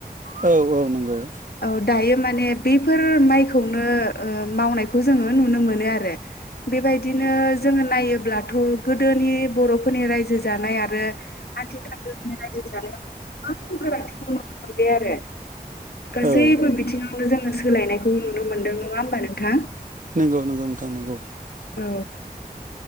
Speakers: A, on the right (about 55°); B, on the left (about 85°).
A: औ औ नंगौ
B: औ दायो माने बेफोर माइखौनो ओ मावनायखौ जोंङो नुनो मोनो आरो। बेबायदिनो जोंङो नायोब्लाथ' गोदोनि बरफोरनि रायजो जानाय आरो आथिखालनि रायजो जानायाव गोबां फारागथिखौ नुनो मोनबाय आरो। गासैबो
A: औ
B: बिथिङावनो जोंङो सोलायनायखौ नुनो मोनदों नङा होमबा नोंथां?
A: नोंगौ नोंगौ नोंथां नोंगौ।
B: औ।